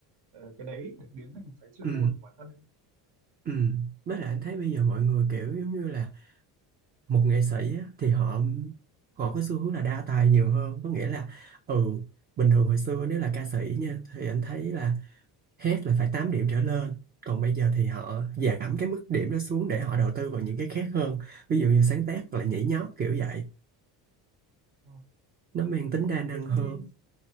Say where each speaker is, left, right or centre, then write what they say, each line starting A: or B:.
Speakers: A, on the right; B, on the right.
A: ờ, cái đấy để biến thành một cái chuyên
B: ừ.
A: môn của bản thân ấy
B: ừ Với lại anh thấy bây giờ mọi người kiểu giống như là một nghệ sĩ á, thì họ họ có xu hướng là đa tài nhiều hơn có nghĩa là ừ bình thường hồi xưa nếu là ca sĩ nha thì anh thấy là hát là phải 8 điểm trở lên còn bây giờ thì họ giảm cái mức điểm đó xuống để họ đầu tư vào những cái khác hơn ví dụ như sáng tác hoặc là nhảy nhót kiểu vậy
A: Ờ.
B: nó
A: thì
B: mang tính đa năng
A: thấy cây
B: hơn